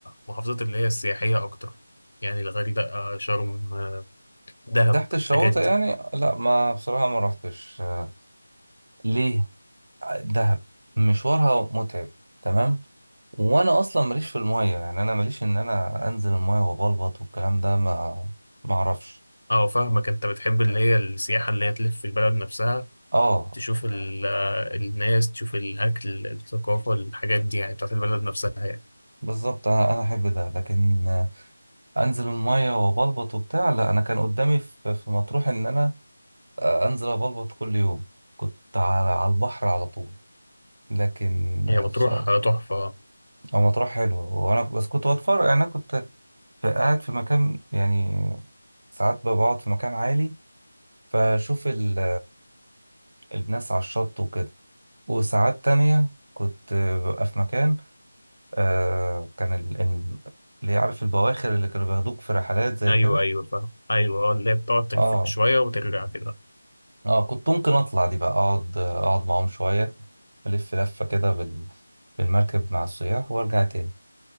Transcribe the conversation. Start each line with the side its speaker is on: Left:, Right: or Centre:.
Left: محافظات اللي هي السياحية أكتر يعني الغردقة شرم دهب
Right: تحت الشواطئ
Left: الحاجات دي
Right: يعني لا ما بصراحة ما رحتش اه ليه دهب مشوارها متعب تمام وانا اصلا ماليش في المية يعني انا ماليش ان انا انزل المية وبلبط والكلام ده ما ما اعرفش
Left: اه فاهمك انت بتحب اللي هي السياحة اللي هي تلف في البلد نفسها
Right: اه
Left: تشوف ال- آه، الناس تشوف الأكل الثقافة الحاجات دي يعني بتاعت البلد نفسها يعني
Right: بالظبط انا انا احب ده لكن آه، انزل الميه وبلبط وبتاع لا انا كان قدامي في في مطروح ان انا آه، انزل ابلبط كل يوم كنت على على البحر على طول لكن آه،
Left: هي بتروح
Right: بصراحه
Left: آه، تحفة آه.
Right: هو مطروح حلو وانا بس كنت بتفرج يعني انا كنت في- قاعد في مكان يعني ساعات بقعد في مكان عالي فاشوف ال- الناس على الشط وكده وساعات تانية كنت آه، ببقى في مكان آه، كان ال- ال- اللي عارف البواخر اللي كانوا بياخدوك في رحلات زي
Left: أيوه
Right: كده
Left: أيوه فاهم أيوه اه اللي هي بتقعد تلف
Right: اه
Left: شوية وترجع كده
Right: اه كنت ممكن اطلع دي بقى اقعد اقعد معاهم شويه الف لفه كده بال... بالمركب مع السياح وارجع تاني